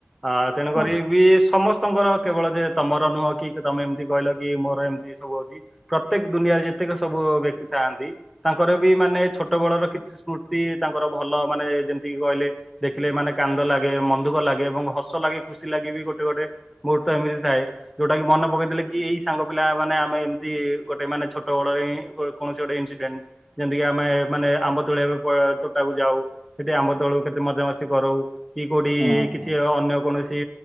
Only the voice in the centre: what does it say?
ଆ ତେଣୁକରି
ବି ସମସ୍ତଙ୍କର କେବଳ ଯେ ତମର ନୁହଁ କି ତମେ ଏମିତି କହିଲ କି ମୋର ଏମିତି ସବୁ ହଉଚି। ପ୍ରତ୍ୟେକ ଦୁନିଆରେ ଯେତେକ ସବୁ ବ୍ୟକ୍ତି ଥାଆନ୍ତି ତାଙ୍କର ବି ମାନେ ଛୋଟ ବେଳର କିଛି ସ୍ମୃତି ତାଙ୍କର ଭଲ ମାନେ ଯେମିତିକି କହିଲେ ଦେଖିଲେ ମାନେ କାନ୍ଦ ଲାଗେ ମନଦୁଃଖ ଲାଗେ ଏବଂ ହସ ଲାଗେ ଖୁସି ଲାଗି ବି ଗୋଟେ ଗୋଟେ। ମୋ ଟାଇମ୍ ରେ ଥାଏ। ଯୋଉଟା କି ମନ ପକେଇଦେଲେ କି ଏଇ ସାଙ୍ଗ ପିଲା ମାନେ ଆମେ ଏମିତି ଗୋଟେ ମାନେ ଛୋଟ ବଡ ଏଁ ଗୋ କୌଣସି ଗୋଟେ ଇନସିଡେଣ୍ଟ୍ ଯେମିତିକି ଆମେ ମାନେ ଆମ୍ବ ତୋଳି ବାକୁ କୁ ତୋଟାକୁ ଯାଉ ସେଠି ଆମ୍ବ ତୋଳୁ କେତେ ମଜାମସ୍ତି କରୁ। କିଏ କୋଉଠି
କିଛି
ଅନ୍ୟ କୌଣସି